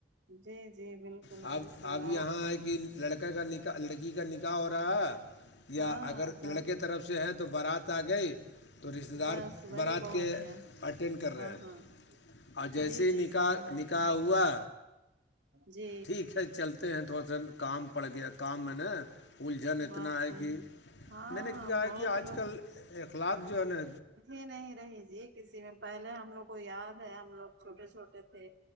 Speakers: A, on the right (about 80°); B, on the left (about 80°).
A: جی جی بالکل
B: اب
A: بالکل
B: اب یہاں
A: اور
B: ہے کہ لڑکے کا نکاح لڑکی کا نکاح ہو رہا ہے یا
A: ہاں
B: اگر
A: تب
B: لڑکے طرف سے سے ہیں تو بارات آ گئی تو رشتے دار
A: بس وہی
B: بارات
A: بہت
B: کے
A: ہے
B: اٹینڈ کر
A: ہاں
B: رہے ہیں
A: ہاں
B: اور جیسے
A: جی
B: ہی
A: جی
B: نکاح
A: صحیح بات
B: نکاح
A: ہے
B: ہوا
A: جی
B: ٹھیک ہے چلتے ہیں تھوڑا سا کام پڑ گیا کام میں نا الجھن اتنا
A: بات
B: ہے
A: صحیح
B: کہ
A: ہے، ہاں
B: میں نےا
A: بہت
B: ہے کہ آج کل اخلاق جو ہے نا
A: ی نہیں رہی جی کسی میں پہلے ہم لوگ کو یاد ہے ہم لوگ چھوٹے چھوٹے تھے